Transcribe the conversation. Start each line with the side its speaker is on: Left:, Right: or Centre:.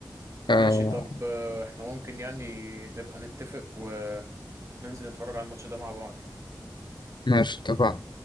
Left: آه
Right: ماشي طب آه، احنا ممكن يعني نبقى نتفق وننزل نتفرج على الماتش ده مع بعض يعني
Left: ماشي اتفقنا